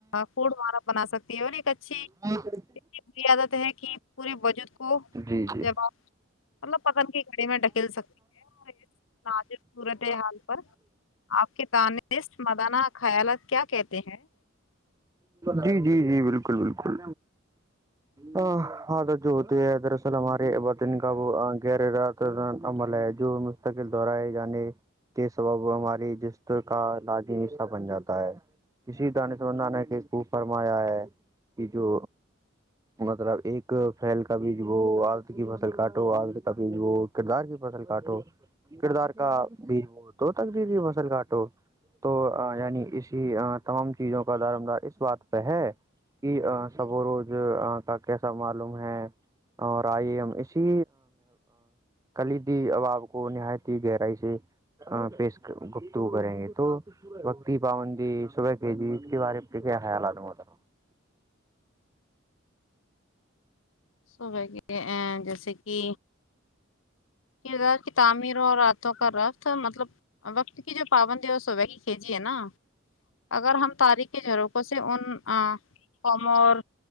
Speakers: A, on the left; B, on the right.
A: فڈارا بنا سکتی ہے اور ایک اچھی
B: میں ک <inaudible>
A: میری عادت ہے کہ پورے بجود کو
B: جی جی
A: جب آپ مطلب پتن کی گھڑی میں دھکل سکتی ہے اور ناجب صورت حال پر آپ کی تانست مدانہ خیالات کیا کہتے ہیں
B: جی جی جی بالکل بالکل ہ آ جووتی ہےدراصل ہماری بدن کاابو گیر کرنا عمل ہے جو نستقل دوہراےگا نی کے سبب ہماریجستے کا لازمی حصہ بن جاتا ہے کسی دان سبندان خوب فرمایا ہے کہ جو مطلب ایک فیل کا بیج وہ آرت کی فصل کاٹو آدت کا بیج وہ کردار کی فصل کاٹو کردار کا بھی ہو تو تکدب فصل کاٹو تو یعنی اسی تمام چیزوں کا دارمدار اس بات پہ ہے کہ سب و روز کا کیسا معلوم ہے اور آئی ایم اسی کلیدی اواب کو نہایت ہی گہرائی سے پیش گفتگو کریں گے تو بکتی پابندی صبح کے جی اس کے بارے میں کیسے خیالات ہے موحترما
A: سو کے ا جیسے کہ کردار کی تعمیروں اور ہاتھوں کا رفت مطلب اور وقت کی جو پابندی ہے کی کھیجی ہے نا اگر ہم تاریخی روپوں سے ان قوم اور